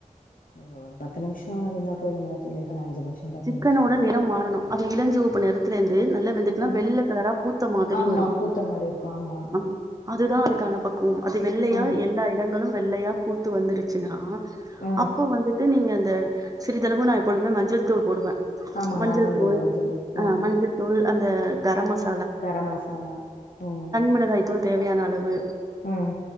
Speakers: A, on the left; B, on the right.
A: ஒகோ பத்து நிமிஷ இருந்தா போதுங்ளா தோழி அஞ்சு நிமிஷோ பத்து
B: சிக்கனோட
A: நிமிஷோ
B: நிறம் மாறணு அது இளஞ்சிவப்பு நெறத்துலந் து நல்லா வெந்துட்னா
A: ம்.
B: வெள்ள கலரா பூத்த மாதிரி
A: ஆமா
B: வரு
A: பூத்த மாரி இருக்கு ஆமா
B: அங் அதுதா அதுக்கான பக் கூம் அது வெள்ளையா
A: ம்
B: எல்லா இடங்களு வெள்ளையா பூத்து வந்துருச்சுன்னா
A: ம்
B: அப்ப வந்துட்டு நீங்க தே சிறிதளவு நா எப்போதுமே மஞ்சள்தூள் போடுவே
A: ஆமா
B: மஞ்சள்
A: நானு
B: தூள்
A: போடுவே தோழி
B: அ
A: ம்
B: மஞ்சள் தூள் அந்த கரம் மச்
A: கரம் மசாலா ம்
B: மிளகாய் தூள் தேவையான அளவு
A: ம்